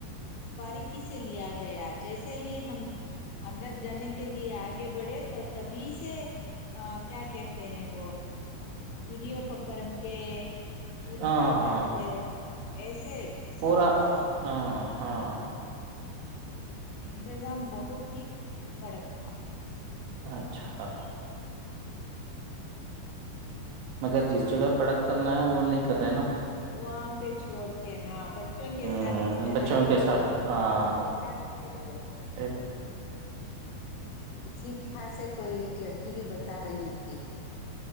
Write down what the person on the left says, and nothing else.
باریکی سے لیا گیا جیسے ہی ہم اندر جانے کے لیے آگے بڑھے تو تبھی سے کیا کہتے ہیں وہ ویڈیو پکڑ کی کہ پوری
طرح
سے ایس
سب کو
ہ
انتظام بہت ہی کڑک تھا
ہ
وہام پہ چھوڑ کے ہاں بچوں کے
ساتھ اس طرح
کے انتظامات
کریں گے تو کیا فائدہ رہ جائے گا
اسی یہاں سے کوئی ایک لڑکی بھی بتا رہی تھی